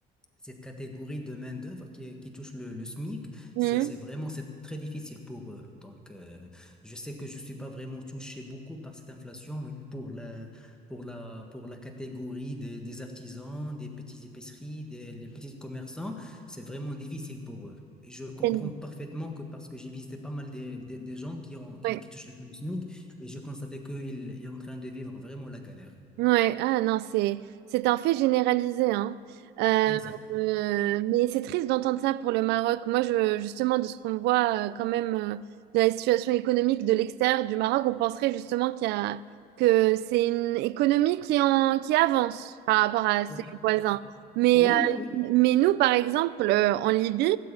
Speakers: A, in the centre; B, on the right.
A: cette catégorie de main-d'œuvre qui, qui touche le, le SMIG,
B: Mhm.
A: c'est, c'est vraiment, c'est très difficile pour eux. Donc, euh, je sais que je suis pas vraiment touché beaucoup par cette inflation, mais pour la, pour la, pour la catégorie des, des artisans, des petites épiceries, des, les petits commerçants, c'est vraiment difficile pour eux. Je comprends
B: Mhm.
A: parfaitement que parce que j'ai visité pas mal des, des, des gens qui ont, qui,
B: Ouais.
A: qui touchent le SMIG et j'ai constaté qu'ils sont en train de vivre vraiment la galère.
B: Ouais, ah non, c'est c'est un fait généralisé, hein. Euh,
A: Exact.
B: euh, mais c'est triste d'entendre ça pour le Maroc. Moi, je, justement, de ce qu'on voit euh, quand même euh, de la situation économique de l'extérieur du Maroc, on penserait justement qu'il y a, que c'est une économie qui, en, qui avance par rapport à ses
A: Oh,
B: voisins.
A: oh,
B: Mais,
A: Oui,
B: euh,
A: oui, oui.
B: mais nous, par exemple, euh, en Libye,